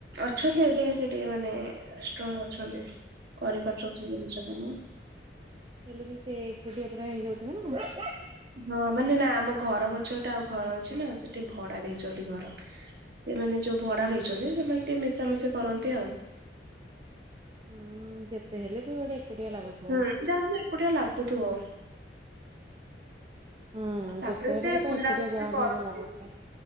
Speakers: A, on the right (about 60°); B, on the right (about 30°).
A: ଅଛନ୍ତି ଆ ଯ ସେ ଟିକେ ମାନେ ଷ୍ଟ୍ରଙ୍ଗ ଅଛନ୍ତି କରିପାରୁଛନ୍ତି ଜିନିଷ କାମ
B: ହେଲେ ବି ସେ କୋଟିଆ ପୁରରା ହେଇଯାଉଥିବ ନା
A: ହଁ ମାନେ ନା ଆମ ଘର ପଛର ଟା ଆଉ ଘର ଅଛି ନା ସେଠିକେ ଭଡା ଦେଇଛନ୍ତି ଘର ସେମାନେ ଯୋଉ ଭଡା ରହିଛନ୍ତି ସେମାନେ ଟିକେ ମିଶାମିଶି କରନ୍ତି ଆଉ।
B: ହୁଁ ଯେତେ ହେଲେ ବି ଗୋଟେ ଏକୁଟିଆ ଲାଗୁଥିବ।
A: ହୁଁ ଯାହାେଲେ ଏକୁଟିଆ ଲାଗୁଥିବ।
B: ହୁଁ
A: ତାପରେ
B: ଯେତେ ହେଲେ
A: ସେ
B: ବି ତ
A: ବୁଲାବୁଲି
B: ଏକୁଟିଆ ଯାହା
A: ବି କରନ୍ତି
B: ହେଲେ ଲାଗୁଥିବ।